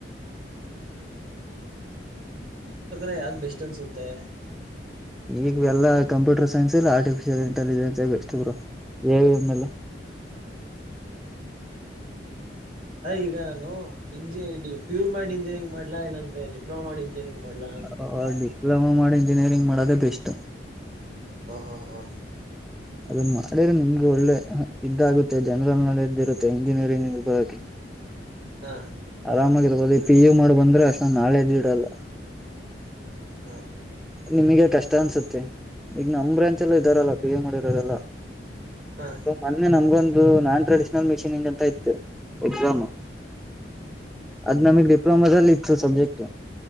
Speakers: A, on the right; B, in the centre.
A: ಹಾ ಹಾ ಅಂದ್ರೆ ಯಾವ್ದ್ ಬೆಸ್ಟ್ ಅನ್ಸುತ್ತೆ.
B: ಇಗ್ ಎಲ್ಲಾ ಕಂಪ್ಯೂಟರ್ ಸೈನ್ಸ್ ಇಲ್ಲ artificial intelligence best bro. A I ಅಂದ್ನಲ್ಲ.
A: ಹ ಈಗ ನಾನು ಇಂಜಿ ಪಿ ಯು ಮಾಡ್ ಇಂಜಿನಿಯರಿಂಗ್ ಮಾಡ್ಲಾ ಇಲ್ಲ ಅಂದ್ರೆ ಡಿಪ್ಲೋಮೊ ಮಾಡ್ ಇಂಜಿನಿಯರಿಂಗ್. ಮಾಡ್ಲಾ ಅಂತ
B: ಹ ಡಿಪ್ಲೊಮೊ ಮಾಡ್ ಇಂಜಿನಿಯರಿಂಗ್ ಮಾಡೋದೇ ಬಿಷ್ಟು.
A: ಹಾ ಹಾ ಹಾ.
B: ಅದುನ್ ಮಾಡಿದ್ರೆ ನಿಮ್ಗೆ ಒಳ್ಳೆ ಇದಾಗುತ್ತೆ ಜನರಲ್ ನಾಲೆಡ್ಜ್ ಇರುತ್ತೆ ಇಂಜಿನಿಯರಿಂಗಿಗ್ ಓದಾಕೆ.
A: <inaudible>
B: ಆರಾಮಾಗಿರ್ರ್ಬವ್ದು ಈ ಪಿ ಯು ಮಾಡ್ ಬಂದ್ರೆ ಅಷ್ಟೊಂದ್ ನಾಲೆಡ್ಜ್ಜು ಇರಲ್ಲ.
A: ಹಾ ಹಾ ಹಾ.
B: ನಿಮಗೆ ಕಷ್ಟ ಅನ್ಸತ್ತೆ ಇಗ್ ನಮ್ ಬ್ರಾಂಚ್ನಲ್ಲೂ
A: ಹಾ
B: ಇದ್ದಾರಲ್ಲ ಪಿ ಯು ಮಾಡಿರೋರೆಲ್ಲ.
A: ಹಾ
B: ಮೊನ್ನೆ ನಮ್ಗೊಂದು ನಾನ್ ಟ್ರೆಡಿಷನಲ್ ಮಿಷಿನಿಂಗ್ ಅಂತ ಇತ್ತು. ಎಕ್ಸಾಮೂ ಅದ್ ನಮಿಗ್ ಡಿಪ್ಲೋಮೊ ದಲ್ ಇತ್ತು ಸಬ್ಜೆಕ್ಟ್ಟು.